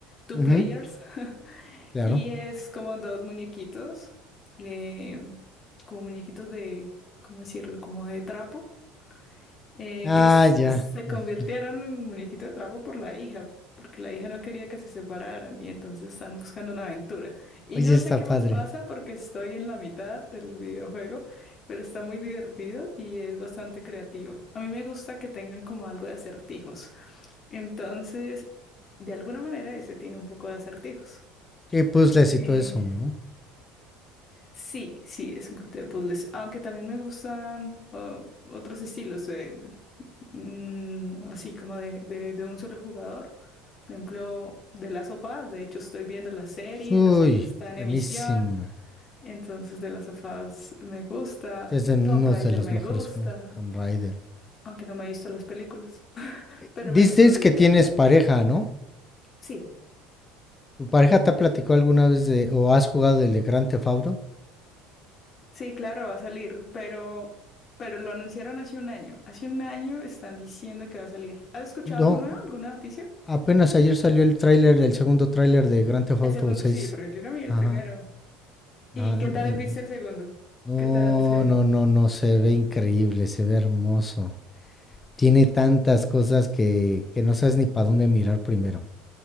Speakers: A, on the left; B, on the left.
A: two
B: ujú,
A: players, <laughs>
B: claro.
A: y es como dos muñequitos, eh, como muñequitos de, ¿cómo decirlo? Como de trapo eh,
B: Ah,
A: que s-
B: ya.
A: se
B: mm,
A: convirtieron en muñequito de trapo por la hija, porque la hija no quería que se separaran y entonces están buscando una aventura. Y
B: Oye,
A: no
B: está
A: sé qué
B: padre.
A: más pasa porque estoy en la mitad del videojuego, pero está muy divertido y es bastante creativo. A mí me gusta que tengan como algo de acertijos. Entonces, de alguna manera ese tiene un poco de acertijos.
B: Sí, puzzles y
A: Eh,
B: todo eso, ¿no?
A: Sí, sí, es un poquito de puzzles, aunque también me gustan ah, otros estilos de, de- mm, así como de, de- de un solo jugador. Por ejemplo, de las sofás, de hecho estoy viendo la serie,
B: Uy,
A: la serie está en
B: buenísima.
A: emisión, entonces de las sofás me gusta,
B: Sí, Es de uno
A: Tomb Raider
B: de los
A: me
B: mejores
A: gusta,
B: juegos, Tomb Raider.
A: aunque no me he visto las películas, <laughs> pero
B: Dices
A: me gustan los videojuegos.
B: que tienes pareja, ¿no?
A: Sí.
B: ¿Tu pareja te ha platicado alguna vez de o has jugado el de Grand Theft Auto?
A: Sí, claro, va a salir, pero, pero lo anunciaron hace un año. Hace un año están diciendo que va a salir. ¿Has escuchado
B: No,
A: algo nuevo? ¿Alguna noticia?
B: apenas ayer salió el tráiler, el segundo tráiler de Grand Theft
A: El
B: Auto
A: segundo,
B: 6.
A: sí, porque yo no vi el
B: Ajá.
A: primero. ¿Y
B: ajá,
A: qué
B: n-
A: tal viste el segundo?
B: No,
A: ¿Qué tal se ve?
B: no, no, no, se ve increíble, se ve hermoso. Tiene tantas cosas que, que no sabes ni para dónde mirar primero.